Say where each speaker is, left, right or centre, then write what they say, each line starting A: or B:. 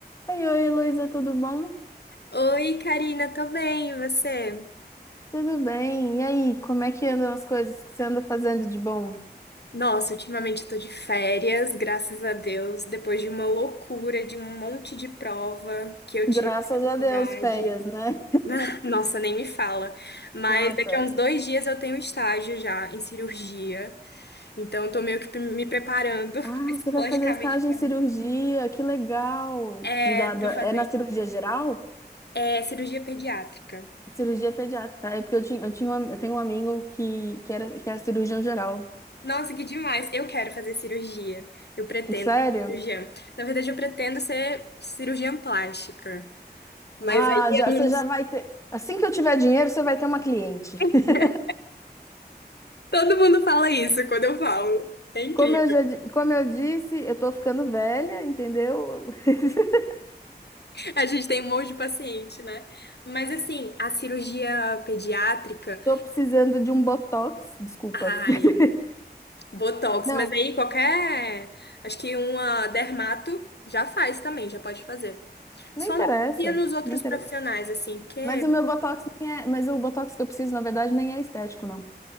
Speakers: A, on the left (about 15°); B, on the left (about 75°).
A: Oi, oi, Luísa, tudo bom?
B: Oi, Karina, tô bem, e você?
A: Tudo bem. E aí, como é que andam as coisas que você anda fazendo de bom?
B: Nossa, ultimamente eu tô de férias, graças a Deus, depois de uma loucura, de um monte de prova que eu
A: Graças
B: tive na faculdade.
A: a Deus, férias, né?
B: <laughs> Nossa, nem me fala. Mas
A: Nossa.
B: daqui a uns dois dias eu tenho estágio já em cirurgia, então eu tô meio que me preparando <laughs>
A: Ah,
B: psicologicamente
A: você vai fazer estágio
B: pra...
A: em cirurgia, que legal.
B: É,
A: De da- da-
B: tô fazendo.
A: É na cirurgia geral?
B: É cirurgia pediátrica.
A: Cirurgia pediátrica, tá? É porque eu tinha, eu tinha um- eu tenho um amigo que, que era, que é cirurgião geral.
B: Nossa, que demais! Eu quero fazer cirurgia. Eu pretendo
A: Sério?
B: ser cirurgiã. Na verdade, eu pretendo ser cirurgiã plástica. Mas
A: Ah,
B: aí
A: já,
B: eu
A: você
B: não
A: já
B: sei.
A: vai ter. Assim que eu tiver dinheiro, você vai ter uma cliente.
B: <laughs>
A: <laughs>
B: todo mundo fala isso quando eu falo. É incrível.
A: Como eu já, di- como eu disse, eu tô ficando velha, entendeu? <laughs>
B: A gente tem um monte de paciente, né? Mas assim, a cirurgia pediátrica,
A: Tô precisando de um botox, desculpa.
B: ai,
A: <laughs>
B: botox,
A: Não,
B: mas aí qualquer, acho que uma dermato já faz também, já pode fazer.
A: não
B: Só
A: interessa,
B: não confia nos outros
A: não interessa.
B: profissionais assim, porque
A: Mas o meu botox nem é, mas o botox que eu preciso, na verdade, nem é estético, não.